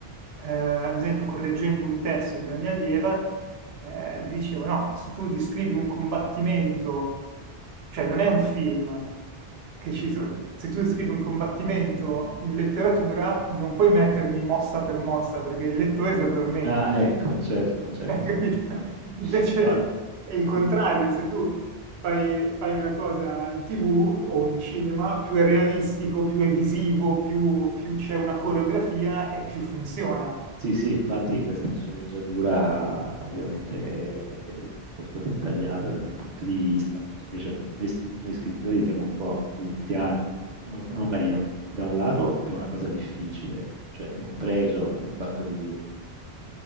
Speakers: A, on the right; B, on the right.
A: eh, ad esempio, correggendo un testo di una mia allieva, eh, gli dicevo, no, se tu descrivi un combattimento, cioè non è un film, che ci so- se tu descrivi un combattimento in letteratura, non puoi mettermi mossa per mossa, perché il lettore si addormenta.
B: Ah, ecco, certo,
A: <laughs>
B: certo.
A: Capito?
B: Vabbè.
A: Invece
B: Allora,
A: è il contrario,
B: il-
A: se tu fai, fai una cosa in TV o in cinema, più è realistico, più è visivo, più, più c'è una coreografia e più funziona.
B: Sì, sì, infatti questa sceneggiatura ovviamente è è molto dettagliata da quel punto di vista, mentre invece appunto, noi, stri- noi scrittori siamo un po' viziati, o, o meglio, da un lato è una cosa difficile, cioè è un pregio il fatto di mh,